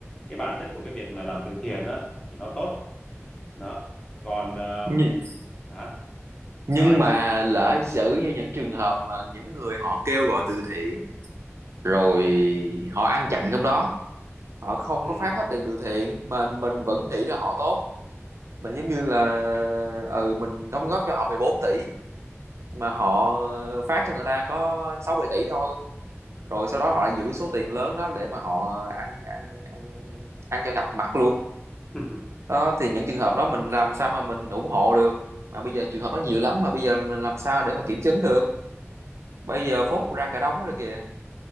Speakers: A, on the left; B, on the right.
A: cái bản chất của cái việc mà làm từ thiện á thì nó tốt đó còn ờ,
B: ừ
A: hả
B: nhưng
A: sao anh
B: mà lỡ xử như những trường hợp mà những người họ kêu gọi từ thiện rồi họ ăn chặn trong đó họ không
A: ừ.
B: có phát hết tiền từ thiện mà mình vẫn nghĩ là họ tốt mình giống như là ừ mình đóng góp cho họ 14 tỷ mà họ phát cho người ta có 6 7 tỷ thôi rồi sau đó họ lại giữ số tiền lớn đó để mà họ ăn ăn ăn ăn cho ngập mặt luôn
A: <laughs>
B: đó thì những trường hợp đó mình làm sao mà mình ủng hộ được mà bây giờ trường hợp đó nhiều lắm mà bây giờ mình làm sao để mà kiểm chứng được bây giờ
A: Ừ.
B: phốt ra cả đống rồi kìa